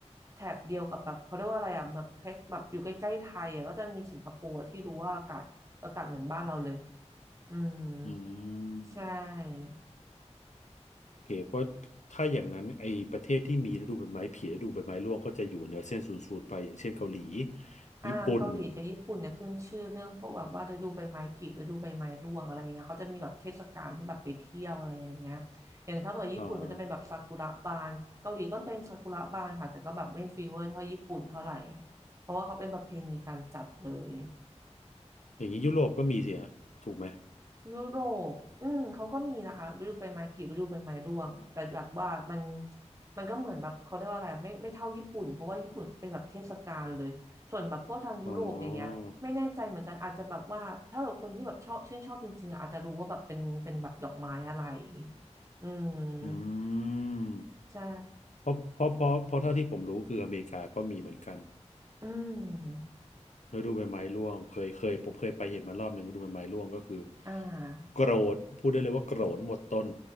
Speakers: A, on the right; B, on the left.
A: แถบเดียวกับแบบเขาเรียกว่าอะไรอ่ะแบบคล้ายแบบอยู่ใกล้ๆไทยอ่ะก็จะมีสิงคโปร์ที่รู้ว่าอากาศอากาศเหมือนบ้านเราเลยอืม
B: อื
A: ใช่
B: มโอเคเพราะถ้าอย่างนั้นไอ้ประเทศที่มีฤดูใบไม้ผลิฤดูใบไม้ร่วงก็จะอยู่เหนือเส้นศูนย์สูตรไปอย่างเช่นเกาหลี
A: อ่าเกาหลีกับญี่ปุ่นเนี่ยขึ้นชื่อเรื่องพวกแบบว่าฤดูใบไม้ผลิฤดูใบไม้ร่วงอะไรอย่างเงี้ยเขาจะมีแบบเทศกาลที่แบบไปเที่ยวอะไรอย่างเงี้ย
B: ญี่ปุ่น
A: อย่างถ้าเกิดญี่ปุ่นก็จะเป็นแบบซากุระบานเกาหลีก็เป็นซากุระบานค่ะแต่ก็แบบไม่ฟีเวอร์เท่าญี่ปุ่นเท่าไหร่
B: อ่า
A: เพราะว่าเขาเป็นประเพณีการจัดเลย
B: อย่างนี้ยุโรปก็มีสิฮะถูกไหม
A: ยุโรปอืมเขาก็มีนะคะฤดูใบไม้ผลิฤดูใบไม้ร่วง แต่แบบว่ามันมันก็เหมือนแบบเขาเรียกว่าอะไรไม่ไม่เท่าญี่ปุ่นเพราะว่าญี่ปุ่นเขาเป็นแบบเทศกาลเลยส่วนแบบพวกทางยุโรปอย่างเงี้ย
B: อ๋อ
A: ไม่แน่ใจเหมือนกันอาจจะแบบว่าถ้าแบบคนที่แบบชอบชื่นชอบจริงๆอ่ะอาจจะรู้ว่าแบบเป็นเป็นแบบดอกไม้อะไรอืม
B: อืม
A: ใช่
B: เพราะเพราะเพราะเพราะเท่าที่ผมรู้คืออเมริกาก็มีเหมือนกัน
A: อืม
B: ฤดูใบไม้ร่วง เคยเคยผมเคยไปเห็นมารอบหนึ่งฤดูใบไม้ร่วงก็คือ
A: อ่า
B: โกรนพูดได้เลยว่าโกรนหมดต้น